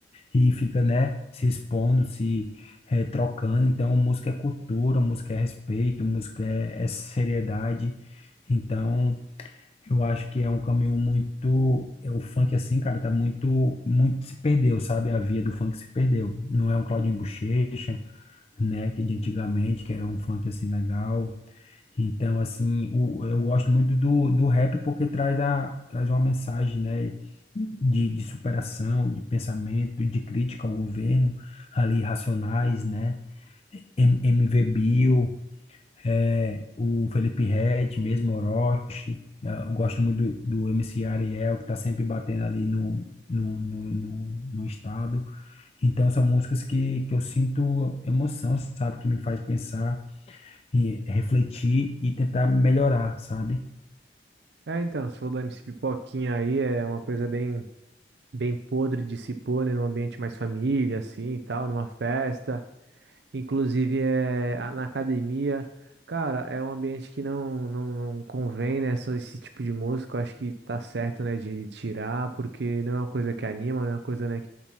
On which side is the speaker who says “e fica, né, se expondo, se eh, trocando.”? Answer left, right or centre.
Left